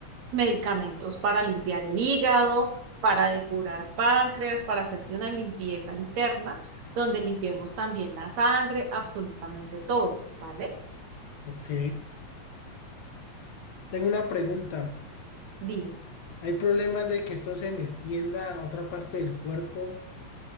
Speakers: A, on the right; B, on the left.
A: medicamentos para limpiar el hígado, para depurar páncreas, para hacerte una limpieza interna, donde limpiemos también la sangre, absolutamente todo, ¿vale?
B: Ok. Tengo una pregunta.
A: Dime.
B: ¿Hay problemas de que esto se me extienda a otra parte del cuerpo?